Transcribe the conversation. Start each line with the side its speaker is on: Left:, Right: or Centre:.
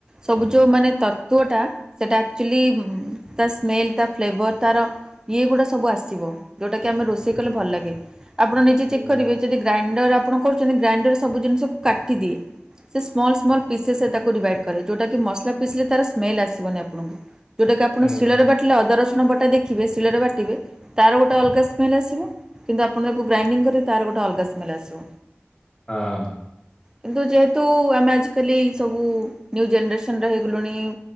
Right: ସବୁ ଯୋଉ ମାନେ ତତ୍ତ୍ଵଟା ସେଇଟା ଆକ୍ଚୁଲି ତା ସ୍ମେଲ୍ ତା ଫ୍ଲେଭର ତାର ଇଏ ଗୁଡା ସବୁ ଆସିବ। ଯୋଉଟା କି ଆମେ ରୋଷେଇ କଲେ ଭଲ ଲାଗେ। ଆପଣ ନିଜେ
Left: ହୁଁ
Right: ଚେକ୍ କରିବେ? ଯଦି ଗ୍ରାଇଣ୍ଡର ଆପଣ କରୁଛନ୍ତି? ଗ୍ରାଇଣ୍ଡରେ ସବୁ ଜିନିଷକୁ କାଟିଦିଏ। ସେ ସ୍ମଲ ସ୍ମଲ ପିସେସ୍ ରେ ତାକୁ ଡିଭାଇଡ୍ କରେ। ଯୋଉଟା କି ମସଲା ପିସିଲେ ତାର ସ୍ମେଲ ଆସିବନି ଆପଣଙ୍କୁ। ଯେଉଟାକି ଆପଣ
Left: ହୁଁ
Right: ଶିଳରେ ବାଟିଲେ ଅଦା ରସୁଣ ବଟା ଦେଖିବେ ଶିଳରେ ବାଟିବେ? ତାର ଗୋଟେ ଅଲଗା ସ୍ମେଲ୍ ଆସିବ। କିନ୍ତୁ ଆପଣ ତାକୁ ଗ୍ରାଇଣ୍ଡିଙ୍ଗ କରିବେ ତାର ଗୋଟେ ଅଲଗା ସ୍ମେଲ ଆସିବ।
Left: ହଁ।
Right: କିନ୍ତୁ ଯେହେତୁ ଆମେ ଆଜିକାଲି ସବୁ ନ୍ୟୁ ଜେନେରେସନ ର ହେଗଲୁଣି?